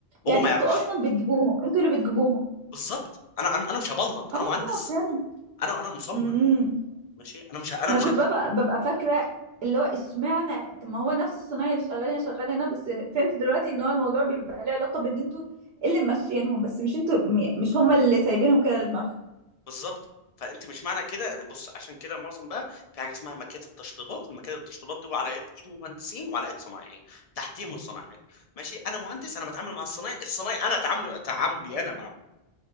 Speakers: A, on the left; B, on the right.
A: هو
B: يعني
A: ما يعرفش
B: انتوا اصلا بتجيبوهم انتوا اللي بتجيبوهم
A: بالظبط انا انا انا مش هبلط
B: اه
A: انا مهندس
B: فهمت
A: انا انا مصمم
B: امم
A: ماشي انا مش ه- انا
B: ما
A: مش
B: انا كنت ببقى ببقى فاكرة اللي هو اشمعنى طب ما هو نفس الصنايعي اللي شغال هنا شغال هنا بس فهمت دلوقتي ان هو الموضوع بيبقى له علاقة بان انتوا اللي ماشيينهم بس مش انتوا م- مش هما اللي سايبينهم كده لدماغهم
A: بالظبط فانت مش معنى كده انا بص عشان كده معظم بقى في حاجه اسمها مكاتب تشطيبات المكاتب التشطيبات دي على يد ايد مهندسين وعلى يد صنايعي تحتيهم الصنايعي ماشي انا مهندس انا بتعامل مع الصنايعي الصنايعي انا تعامله تعاملي انا مع